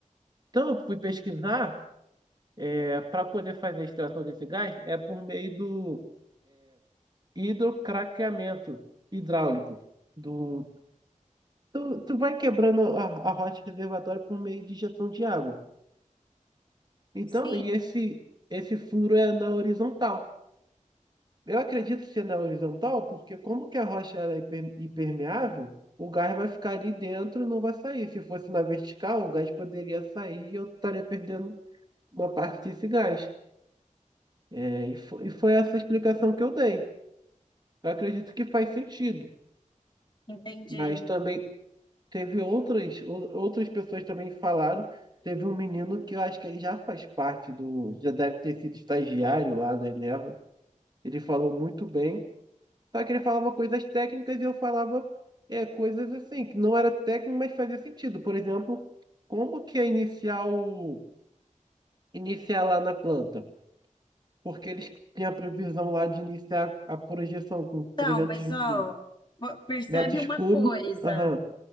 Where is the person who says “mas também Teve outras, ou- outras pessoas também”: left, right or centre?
Right